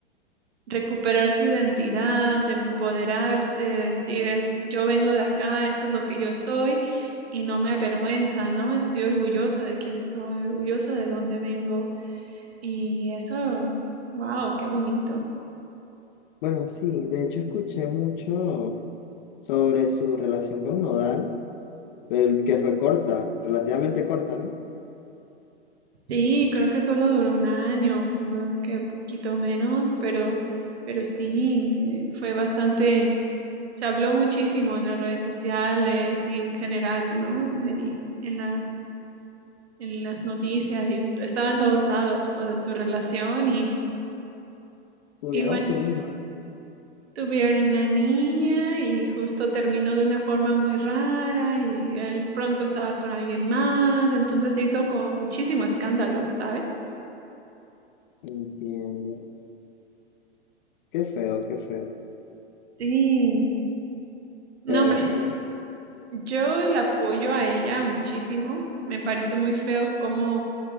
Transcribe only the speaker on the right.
recuperar su identidad, de empoderarse, de decir, "Es- yo vengo de acá, esto es lo que yo soy y no me avergüenza, ¿no? Estoy orgullosa de quién soy, orgullosa de dónde vengo. Y eso, wow, qué bonito.
Sí, creo que solo duró un año, si no es que un poquito menos, pero, pero sí, eh, fue bastante, se habló muchísimo en las redes sociales y en general, ¿no? En, en la, en las noticias, y en- estaba en todos lados lo de su relación y,
y bueno,
tuvieron una niña y justo terminó de una forma muy rara y él pronto estaba con alguien más, entonces se hizo como muchísimo escándalo, ¿sabes?
Sí. No,
hombre.
Yo la apoyo a ella muchísimo. Me pareció muy feo como,